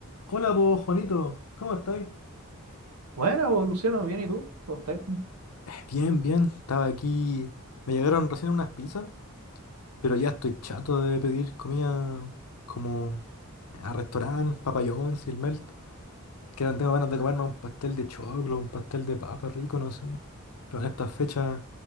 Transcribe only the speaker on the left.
Hola vos, Juanito, ¿cómo estáis?
Bien, bien, estaba aquí. Me llegaron recién unas pizzas, pero ya estoy chato de pedir comida como a restaurante, Papa y el Melt. Que ahora tengo ganas de comerme un pastel de choclo, un pastel de papa rico, no sé. Pero en estas fechas,